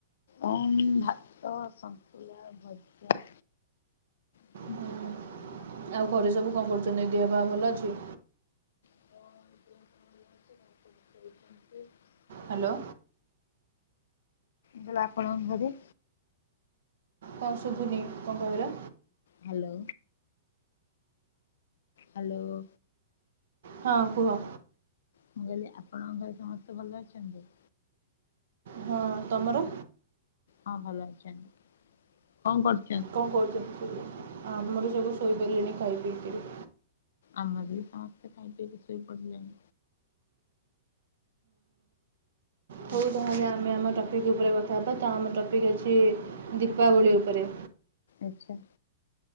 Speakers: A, on the left; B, on the right.
A: ଆଉ ଭାତ, ଶନ୍ତୁଳା, ଭଜା <inaudible>
B: ହୁଁ
A: ମୁଁ
B: ଆଉ ଘରେ ସବୁ କଣ କରୁଛନ୍ତି ଦେହ ପାହା ଭଲ ଅଛି?
A: <inaudible>
B: ହାଲୋ।
A: ହେଲେ ଆପଣଙ୍କ ଘରେ।
B: କଣ ଶୁଭୁନି କଣ କହିଲ?
A: ହାଲୋ। ହାଲୋ।
B: ହଁ କୁହ?
A: ମୁଁ କହିଲି ଆପଣଙ୍କ ଘରେ ସମସ୍ତେ ଭଲ ଅଛନ୍ତି?
B: ହଁ ତମର?
A: ହଁ ଭଲ ଅଛନ୍ତି, କଣ କରୁ
B: କଣ କରୁଛନ୍ତି ସବୁ ଆମର ସବୁ ଶୋଇ ସାରିଲେଣି ଖାଇ ପିଇକିରି।
A: ଆମର ବି ସମସ୍ତେ ଖାଇ ପିଇକି ଶୋଇ ପଡିଲେଣି।
B: ହଉ
A: ଆଚ୍ଛା
B: ତାହେଲେ ଆମେ ଆମ ଟପିକ୍ ଉପରେ କଥାହବା। ତ ଆମ ଟପିକ୍ ଅଛି ଦୀପାବଳି ଉପରେ
A: ଆଚ୍ଛା।